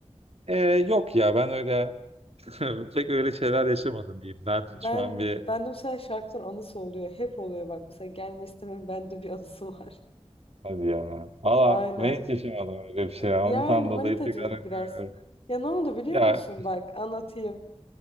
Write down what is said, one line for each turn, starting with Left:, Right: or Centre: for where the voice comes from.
Right: e, yok ya ben öyle <laughs> pek öyle şeyler yaşamadım diyeyim. Ben
Left: Ben
Right: şu an bir
Left: ben de mesela şarkıların anısı oluyor. Hep oluyor bak. Mesela gelme istemem bende bir anısı var.
Right: Hadi ya. Valla
Left: <laughs> Aynen.
Right: ben hiç yaşamadım öyle bir şey. ya.
Left: Yani
Right: Ondan
Left: manitacılık
Right: dolayı tekrar yapıyorum.
Left: biraz. Ya ne oldu biliyor
Right: Ya.
Left: musun? Bak anlatayım.